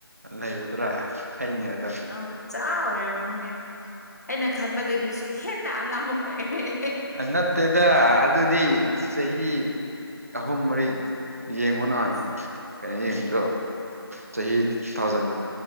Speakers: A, on the right; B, on the left.
A: ꯂꯩꯕꯗꯨꯔꯥ ꯑꯩꯅꯦ ꯑꯗꯣ
B: ꯑꯉꯥꯡ ꯃꯆꯥ ꯑꯣꯏꯔꯝꯃꯤꯅꯦ ꯑꯩꯅ ꯈꯟꯕꯗꯒꯤꯁꯨ ꯍꯦꯟꯅ ꯑꯉꯥꯡ ꯑꯣꯏ <unintelligible>
A: ꯅꯠꯇꯦꯗ ꯑꯗꯨꯗꯤ ꯆꯍꯤ ꯑꯍꯨꯝ ꯃꯔꯤ ꯌꯦꯡꯉꯣ ꯅꯍꯥꯟ
B: ꯏꯁ
A: ꯅꯪ ꯀꯩꯅꯣ ꯌꯦꯡꯕꯗꯣ ꯆꯍꯤ ꯇꯨꯊꯥꯎꯖꯟ